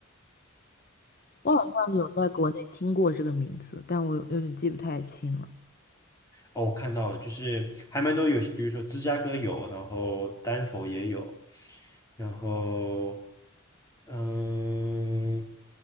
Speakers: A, on the left (about 45°); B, on the left (about 15°).
A: 我好像有在国内听过这个名字，但我有有点记不太清了。
B: 哦，我看到了，就是还蛮多有，比如说芝加哥有，然后丹佛也有，然后嗯，